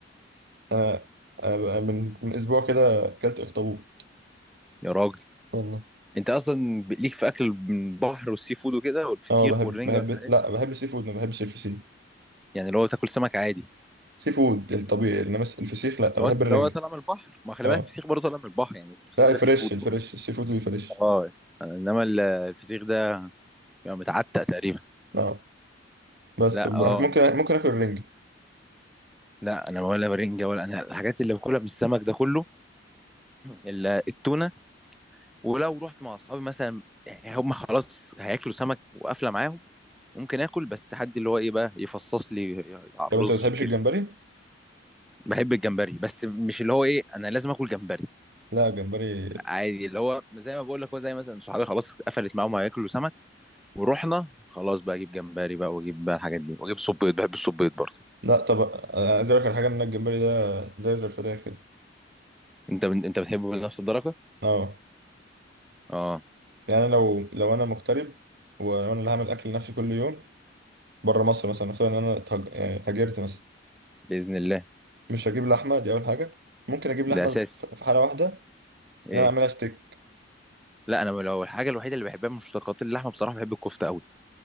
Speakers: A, on the right; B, in the centre.
A: انا أنا بقى من من اسبوع كده اكلت اخطبوط
B: يا راجل
A: والله
B: انت اصلا ب- ليك في اكل من البحر والسي فود وكده والفسيخ
A: اه بحب
B: والرنجه
A: بحب
B: والحاجات
A: لا
B: دي
A: بحب السي فود ما بحبش الفسيخ
B: يعني اللي هو تاكل سمك عادي
A: سي فود الطبيعي انما الفسيخ لا
B: اللي
A: بحب
B: هو
A: الرنجة
B: اللي هو طالع من البحر ما خلي
A: اه
B: بالك الفسيخ برضه طالع من البحر يعني الفسيخ
A: لا
B: ده
A: الفريش
B: سي فود برضه
A: الفريش السي فود الفريش
B: اه انما ال- الفسيخ ده بيبقى متعتق تقريبا
A: اه بس
B: لا
A: بح-
B: اه
A: ممكن
B: أنا-
A: ممكن اكل الرنجة
B: لا انا ولا برنجه ولا انا الحاجات اللي باكلها من السمك ده كله الا التونه ولو رحت مع اصحابي مثلا يعني هم خلاص هياكلوا سمك وقافله معاهم ممكن اكل بس حد اللي هو ايه بقى يفصص لي على الرز
A: طب انت ما بتحبش
B: وكده
A: الجمبري
B: بحب الجمبري بس مش اللي هو ايه انا لازم اكل جمبري
A: لا الجمبري
B: لا عادي اللي هو زي ما بقول لك هو زي مثلا صحابي خلاص قفلت معاهم هياكلوا سمك ورحنا خلاص بقى اجيب جمبري بقى واجيب بقى الحاجات دي واجيب صبيط بحب الصبيط برضه
A: لا طب آه، عايز اقول لك على حاجه ان الجمبري ده زيه زي الفراخ كده
B: انت من... انت بتحبه بنفس الدرجه
A: اه
B: اه
A: يعني انا لو لو انا مغترب وانا اللي هعمل اكل لنفسي كل يوم بره مصر مثلا نفترض ان انا اتهج... يعني هاجرت مثلا
B: باذن الله
A: مش هجيب لحمه دي اول حاجه ممكن اجيب
B: ده
A: لحمه
B: اساسي
A: في في حاله واحده
B: ايه
A: ان انا اعملها ستيك
B: لا انا لو الحاجه الوحيده اللي بحبها من مشتقات اللحمه بصراحه بحب الكفته قوي